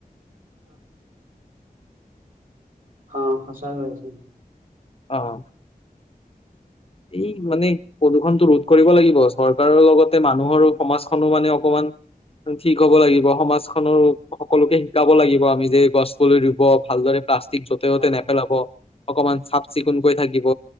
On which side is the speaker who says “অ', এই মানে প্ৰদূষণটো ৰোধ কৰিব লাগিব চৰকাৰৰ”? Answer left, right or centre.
Left